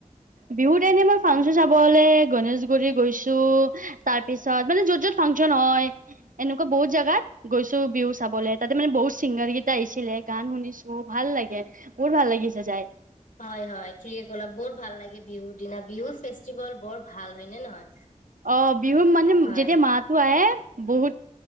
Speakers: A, on the right; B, on the left.
A: বিহুত এনে মই ফাংচন চাবলৈ গনেশগুৰি গৈছো তাৰ পিছত মানে য'ত য'ত ফাংচন হয় এনেকুৱা বহুত জোগাত গৈছো বিহু চাবলে তাতে মানে বহুত চিংগাৰ কেইটা আহিছিলে গান শুনিছো ভাল লাগে বহুত ভাল লাগিছে যাই
B: হয় হয় ঠিকে ক'লা বহু ভাল লাগে বিহুৰ দিনা বিহুৰ ফে য়ি বল ভাল হয় নে নহয়
A: অ বিহু মানে
B: হয়
A: যেতিয়া মাহটো আহে। বহুত